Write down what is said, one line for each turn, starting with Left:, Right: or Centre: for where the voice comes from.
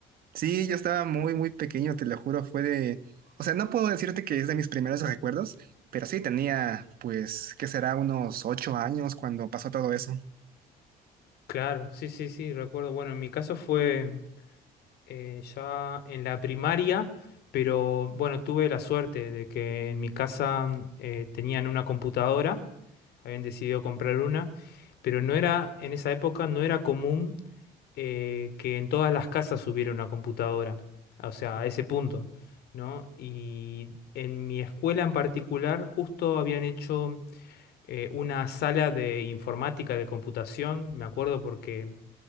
Right: Sí, yo estaba muy, muy pequeño, te lo juro, fue de... O sea, no puedo decirte que es de mis primeros recuerdos, pero sí tenía, pues, que será unos ocho años cuando pasó todo eso.
Left: Claro, sí, sí, sí, recuerdo, bueno, en mi caso fue... eh, ya en la primaria, pero bueno, tuve la suerte de que en mi casa mm, eh, tenían una computadora, habían decidido comprar una, pero no era, en esa época no era común eh, que en todas las casas hubiera una computadora, o sea, a ese punto, ¿no? Y en mi escuela en particular justo habían hecho eh, una sala de informática, de computación, me acuerdo porque